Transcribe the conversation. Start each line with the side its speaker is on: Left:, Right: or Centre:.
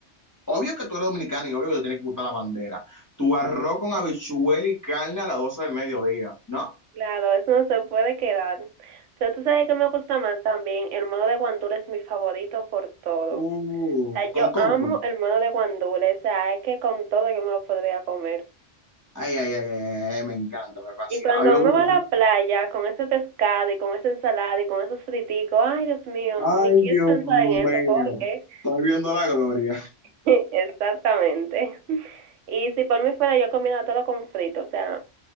Left: Obvio que tú eres dominicano y obvio que te tiene que gustar la bandera. Tu arroz con habichuela y carne a las 12 del mediodía, ¿no?
Right: Claro, eso no se puede quedar. Pero tú sabes que me gusta más también. El modo de guandula es mi favorito por todo. O
Left: Uf,
Right: sea,
Left: con
Right: yo
Left: coco.
Right: amo el modo de guandula. O sea, es que con todo yo me lo podría comer.
Left: Ay, ay, ay, ay, ay, me encanta, me fascina.
Right: Y cuando
Left: A mí me gusta
Right: uno va
Left: mucho.
Right: a la playa con ese pescado y con esa ensalada y con esos friticos, ay, Dios mío,
Left: Ay,
Right: ni quiero
Left: Dios
Right: pensar
Left: mío.
Right: en eso porque
Left: Estoy viendo la gloria.
Right: <laughs> exactamente. Y si por mí fuera yo comiera todo con frito, o sea,